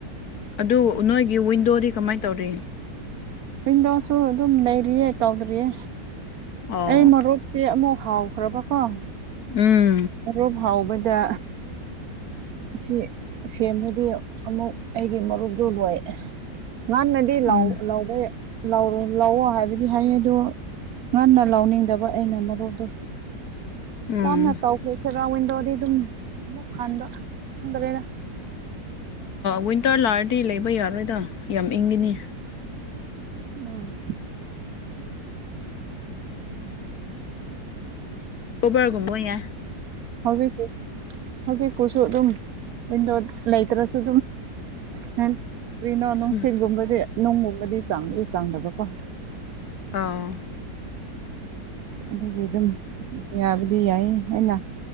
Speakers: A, on the left (about 60°); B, on the right (about 70°).
A: ꯑꯗꯨ ꯅꯣꯏꯒꯤ ꯋꯤꯟꯗꯣꯗꯤ ꯀꯃꯥꯏ ꯇꯧꯔꯤ
B: ꯋꯤꯡꯗꯣꯁꯨ ꯑꯗꯨꯝ ꯂꯩꯔꯤꯌꯦ ꯇꯧꯗ꯭ꯔꯤꯌꯦ
A: ꯑꯣ
B: ꯑꯩ ꯃꯔꯨꯞꯁꯦ ꯑꯃꯨꯛ ꯍꯧꯈ꯭ꯔꯕꯀꯣ
A: ꯎꯝ
B: ꯃꯔꯨꯞ ꯍꯧꯕꯗꯥ ꯁꯤ ꯁꯦꯝꯃꯗꯤ ꯑꯃꯨꯛ ꯑꯩꯒꯤ ꯃꯔꯨꯞꯇꯣ ꯂꯣꯏ ꯉꯥꯟꯅꯗꯤ ꯂꯥꯎ
A: ꯎꯝ
B: ꯂꯥꯎꯕ ꯂꯧꯥꯎꯔꯣ ꯂꯥꯛꯑꯣ ꯍꯥꯏꯕꯗꯤ ꯍꯥꯏꯌꯦꯗꯣ ꯉꯟꯅ ꯂꯧꯅꯤꯡꯗꯕ ꯑꯩꯅ ꯃꯔꯨꯞꯗꯣ
A: ꯎꯝ
B: ꯌꯥꯝꯅ ꯇꯧꯈ꯭ꯔꯦ ꯁꯦꯔꯥꯎꯋꯟꯗꯣꯗꯤ ꯑꯗꯨꯝ ꯑꯃꯨꯛ ꯍꯟꯕ ꯈꯪꯗ꯭ꯔꯦꯅ
A: ꯋꯤꯟꯇꯔ ꯂꯥꯔꯗꯤ ꯂꯩꯕ ꯌꯥꯔꯣꯏꯗ ꯌꯥꯝ ꯏꯪꯈꯤꯅꯤ
B: ꯎꯝ
A: ꯕꯔꯒꯨꯝꯕꯣ ꯌꯥꯏ
B: ꯍꯧꯖꯤꯛꯄꯨ ꯍꯧꯖꯤꯛꯄꯨꯁꯨ ꯑꯗꯨꯝ ꯋꯤꯟꯗꯣ ꯂꯩꯇ꯭ꯔꯁꯨꯣ ꯇꯅ ꯅꯣꯅ
A: ꯎꯝ
B: ꯁꯤ ꯇꯨꯝꯕꯗꯤ ꯅꯨꯡꯒꯨꯝꯕꯗꯤ ꯆꯥꯡꯗꯤ ꯆꯥꯡꯗꯕꯀꯣ
A: ꯑꯥ
B: ꯑꯗꯨꯒꯤ ꯑꯗꯨꯝ ꯌꯥꯕꯗꯤ ꯌꯥꯏ ꯑꯩꯅ